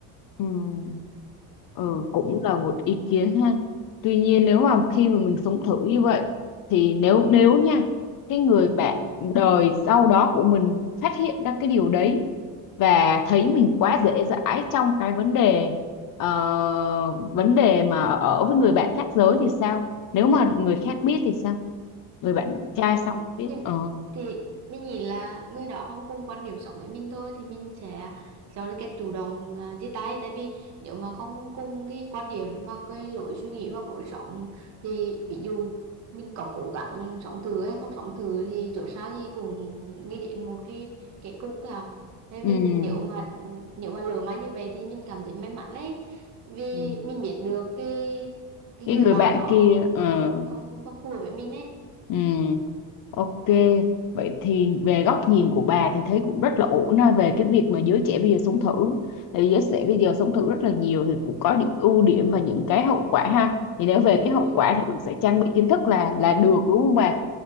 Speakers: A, on the left (about 45°); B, on the right (about 35°).
A: nhiên Ờ,
B: Ừ.
A: cũng là một ý kiến ha. Tuy nhiên nếu mà khi mà mình sống thử như vậy thì nếu nếu nha cái người bạn
B: Ừ.
A: đời sau đó của mình phát hiện ra cái điều đấy và thấy mình quá dễ dãi trong cái vấn đề ờ, vấn đề mà ở với người bạn khác giới thì sao? Nếu mà người
B: Ừ.
A: khác biết thì sao? Người bạn trai
B: Ờ,
A: sau thì biết.
B: thì
A: Ờ.
B: thì mình nghĩ là người đó không cùng quan điểm sống với mình thôi thì mình sẽ cho cái cách chủ động à, chia tay tại vì nếu mà không cùng cái quan điểm hoặc cái lối suy nghĩ hoặc lối sống thì ví dụ mình có cố gắng sống thử hay không sống thử thì trước sau gì cũng đi đến một cái kết cục thôi à nên
A: Ừ.
B: mình nếu mà nếu mà lỡ may như vậy thì mình cảm thấy may mắn đấy vì
A: Ừ.
B: mình biết được cái cái
A: Cái
B: người
A: người
B: bạn
A: bạn
B: đó
A: kia ờ.
B: không không không phù hợp với mình
A: Ừ. Ok,
B: đấy
A: vậy thì về góc nhìn của bà thì thấy cũng rất là ổn ha về cái việc mà giới trẻ bây giờ sống thử. Tại vì giới trẻ
B: ừ
A: bây giờ sống thử rất là nhiều thì cũng có những ưu điểm và những cái hậu quả ha. Thì nếu về cái hậu
B: ừ
A: quả thì mình sẽ trang bị kiến thức là là được đúng không bà?